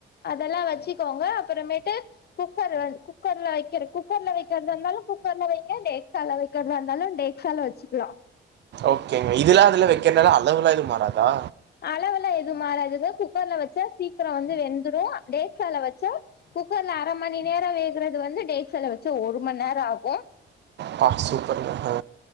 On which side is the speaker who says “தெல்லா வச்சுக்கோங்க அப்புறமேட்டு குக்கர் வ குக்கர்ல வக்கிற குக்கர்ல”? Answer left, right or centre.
Left